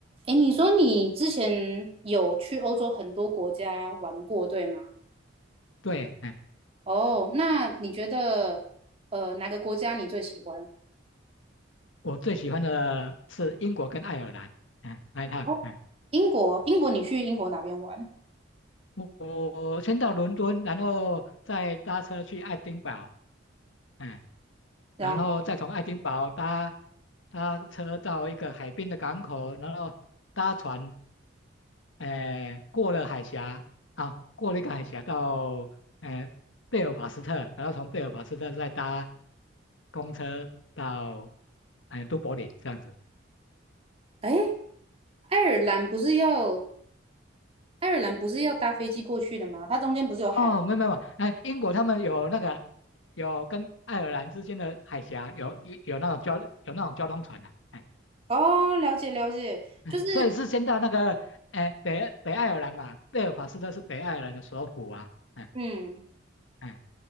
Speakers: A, on the right; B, on the left.
A: 诶，你说你之前有去欧洲很多国家玩过，对吗？
B: 对，哎，
A: 哦，那你觉得呃哪个国家你最喜欢？
B: 我最喜欢的是英国跟爱尔兰，哎，那一趟，
A: 哦，
B: 哎，
A: 英国，英国，你去英国哪边玩？
B: 我我先到伦敦，然后再搭车去爱丁堡，哎，
A: 然后，
B: 然后再从爱丁堡搭搭车到一个海边的港口，然后搭船，哎，过了海峡，啊，过了一个海峡到，哎，贝尔法斯特，然后从贝尔法斯特再搭公车到，哎，都柏林这样子。
A: 诶，爱尔兰不是要爱尔兰不是要搭飞机过去的吗？它中间不是有海？
B: 哦，没有没有，哎，英国他们有那个有跟爱尔兰之间的海峡有有有那种交有那种交通船的、哎，
A: 哦，了解了解，
B: <laughs> 嗯所以是先到那个哎北北爱尔兰嘛，
A: 就是
B: 贝尔法斯特是北爱尔兰的首府啊，哎
A: 嗯，
B: 哎